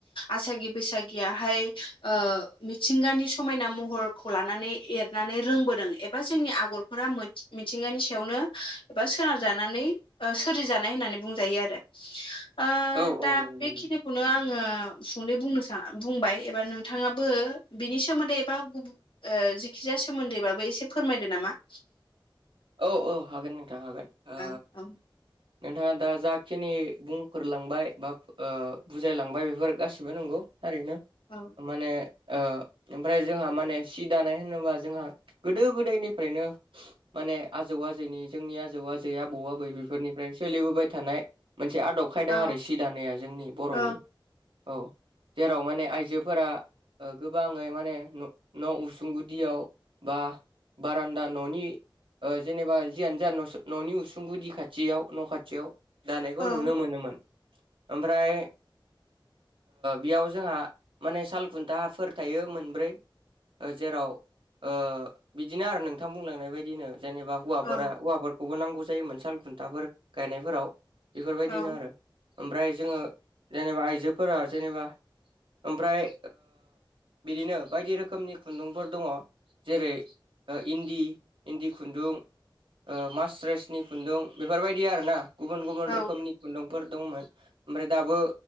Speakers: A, on the left; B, on the right.
A: आसागि बैसागियाहाय ओ मिथिंगानि समायना महरखौ लानानै एरनानै रोंबोदों एबा जोंनि आगरफोरा मिथिंगानि सायावनो एबा सोनारजानानै ओ सोरजिजानाय होननानै बुंजायो आरो। ओ
B: औ
A: दा
B: औ नंगौ
A: बेखिनिखौनो आङो सुंदयै बुंनो सा बुंबाय एबा नोंथाङाबो बिनि सोमोन्दै एबा गुबुन ओ जिखिजाया सोमोन्दैबाबो एसे फोरमायदो नामा।
B: औ औ हागोन नोंथां हागोन। ओ
A: ओं औ
B: नोंथाङा दा जाखिनि बुंफोरलांबाय बा ओ बुजायलांबाय बेफोर गासिबो नंगौ थारैनो
A: औ
B: माने ओ ओमफ्राय जोंहा माने सि दानाय होनोबा जोंहा गोदो गोदायनिफ्रायनो माने आजौ आजैनि जोंनि आजौ आजै आबौ आबै बेफोरनिफ्रायनो सोलिबोबाय थानाय मोनसे आदब खायदा
A: औ
B: आरो सि दानाया जोंनि बर'नि
A: औ
B: औ। जेराव माने आइजोफोरा ओ गोबाङै माने न' न' उसुं गुदियाव बा बारान्दा न'नि ओ जेनेबा जियानो जा न'नि उसुं गुदि खाथियाव न' खाथियाव दानायखौ
A: औ
B: नुनो मोनोमोन ओमफ्राय बियाव जोंहा माने सालखुन्थाफोर थायो मोनब्रै ओ जेराव ओ बिदिनो आरो नोंथां बुंलांनाय बायदि दिनो जेनेबा हौवाफोरा
A: औ
B: हौवाफोरखौबो नांगौ जायोमोन साल खुन्थाफोर गायनायफोराव बेफोरबायदिनो
A: औ
B: आरो ओमफ्राय जोङो जेनेबा आइजोफोरा जेनेबा ओमफ्राय बिदिनो बायदि रोखोमनि खुन्दुंफोर दङ जेरै ओ इन्दि इन्दि खुन्दुं ओ मास्रेसनि खुन्दुं बेफोरबायदि आरो ना गुबुन गुबुन
A: औ
B: रोखोमनि खुन्दुंफोर दंमोन ओमफ्राय दाबो